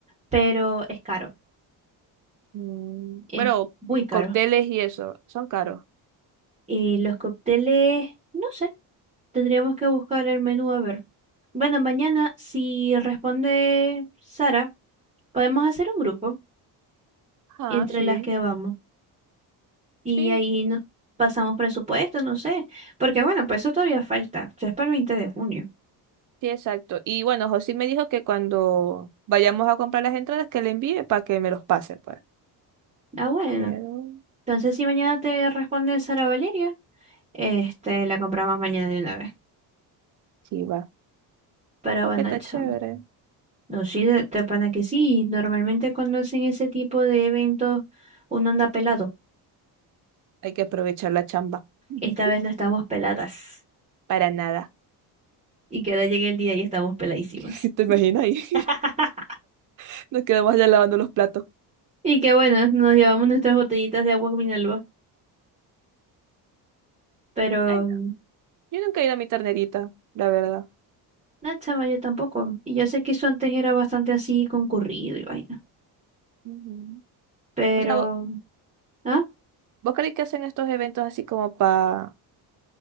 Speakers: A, on the right; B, on the right.
A: pero es caro.
B: mm,
A: Es
B: bueno,
A: muy caro.
B: cócteles y eso, son caros.
A: Y los cócteles, no sé, tendríamos que buscar el menú a ver. Bueno, mañana, si responde Sara, podemos hacer un grupo
B: Ah,
A: entre
B: sí,
A: las que vamos. Y
B: sí,
A: ahí nos pasamos presupuesto, no sé. Porque bueno, pues eso todavía falta. Eso es para el 20 de junio.
B: sí, exacto. Y bueno, José me dijo que cuando vayamos a comprar las entradas que le envíe para que me los pase, pues.
A: Ah, bueno.
B: Pero
A: Entonces, si mañana te responde Sara Valeria, este, la compramos mañana de una vez.
B: sí va.
A: Pero
B: Creo
A: bueno,
B: que está
A: chao.
B: chévere.
A: No, sí, de, de pana que sí. Normalmente cuando hacen ese tipo de eventos, uno anda pelado.
B: Hay que aprovechar la chamba. <laughs>
A: Esta vez no estamos peladas.
B: Para nada.
A: Y que ahora llegue el día y estamos peladísimas.
B: <laughs> ¿Te imaginas ahí?
A: <laughs>
B: <laughs> Nos quedamos allá lavando los platos.
A: Y que bueno, nos llevamos nuestras botellitas de agua Minalba. Pero,
B: Ay, no.
A: mm,
B: Yo nunca he ido a mi ternerita, la verdad.
A: no, chava, yo tampoco. Y yo sé que eso antes era bastante así concurrido y vaina.
B: Ujú.
A: Pero,
B: O sea, vo-
A: mm, ¿ah?
B: ¿vos creéis que hacen estos eventos así como para